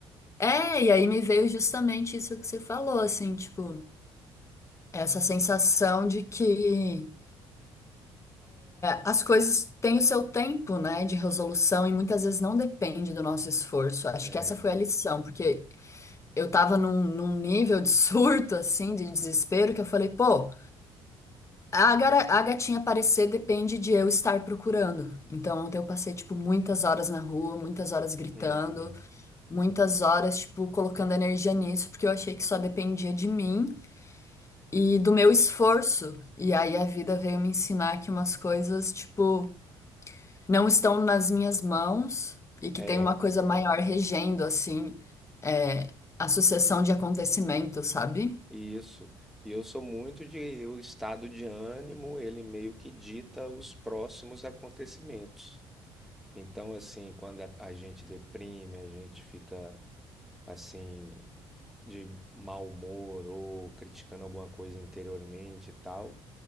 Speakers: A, on the left; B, in the centre.
A: É, e aí me veio justamente isso que você falou, assim, tipo, essa sensação de que. As coisas têm o seu tempo, né, de resolução e muitas vezes não depende do nosso esforço. Acho
B: É.
A: que essa foi a lição, porque eu tava num, num nível de surto, assim, de desespero, que eu falei, pô, a, gara- a gatinha aparecer depende de eu estar procurando. Então, ontem eu passei, tipo, muitas horas na rua, muitas horas gritando,
B: Hum,
A: muitas horas, tipo, colocando energia nisso, porque eu achei que só dependia de mim e do meu esforço. E aí a vida veio me ensinar que umas coisas, tipo. não estão nas minhas mãos e que
B: é,
A: tem uma coisa maior regendo, assim, é, a sucessão de acontecimentos, sabe?
B: isso. E eu sou muito de. O estado de ânimo, ele meio que dita os próximos acontecimentos. Então, assim, quando a, a gente deprime, a gente fica, assim, de mau humor ou criticando alguma coisa interiormente e tal.